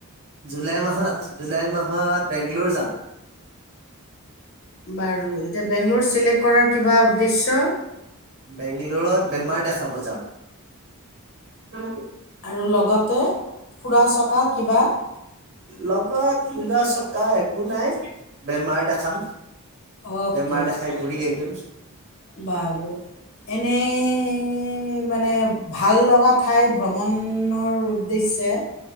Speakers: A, on the right (about 45°); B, on the left (about 65°).
A: জুলাই মাহত জুলাই মাহত বেংগলোৰ যাম।
B: বাৰু এতিয়া বেংগলৰ চিলেক্ট কৰাৰ কিবা উদ্দেশ্য
A: বেংগলোৰত বেমাৰ দেখাব যাম। উম,
B: আৰু লগতে ফুৰা চকা কিবা?
A: লগত ফুৰা চকা একো নাই, বেমাৰ দেখাম।
B: অ'কে
A: বেমাৰ দেখাই ঘূৰি আহিম। উ,
B: বাৰু এনেই মানে ভাল লগা ঠাই ভ্ৰমণৰ উদ্দেশ্যে